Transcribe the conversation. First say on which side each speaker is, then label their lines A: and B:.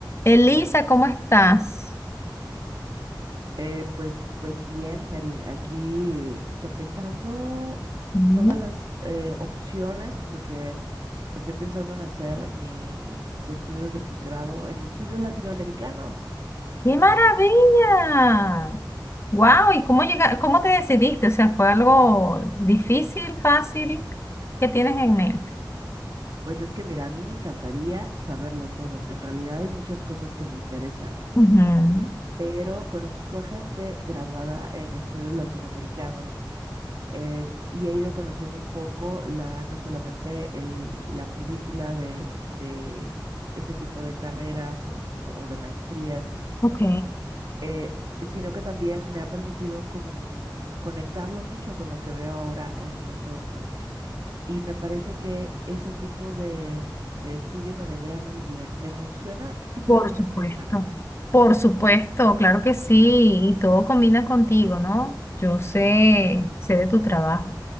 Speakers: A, on the left; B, on the right.
A: Elisa, ¿cómo estás?
B: Eh, pues, pues bien, Mary, aquí sopesando
A: Mm.
B: todas las eh, opciones porque estoy pensando en hacer mi- mis estudios de posgrado en estudios latinoamericanos.
A: ¡Qué maravilla! ¡Wow! ¿Y cómo llega, cómo te decidiste? O sea, ¿fue algo difícil, fácil? ¿Qué tienes en mente?
B: Pues es que, mira, a mí me encantaría saberlo todo. En realidad hay muchas cosas que me interesan,
A: Ujú.
B: pero conozco a gente graduada en estudios latinoamericanos em, y he ido conociendo un poco la, no solamente el, la currícula de, de ese tipo de carreras o, de o de maestrías,
A: Ok,
B: eh, sino que también me ha permitido como conectarlo mucho con lo que veo ahora en mi entorno. Y me parece que ese tipo de, de estudio me vendría muy bien. Me emociona simplemente
A: por supuesto.
B: pensarlo.
A: Por supuesto, claro que sí, y todo combina contigo, ¿no? Yo sé, sé de tu trabajo.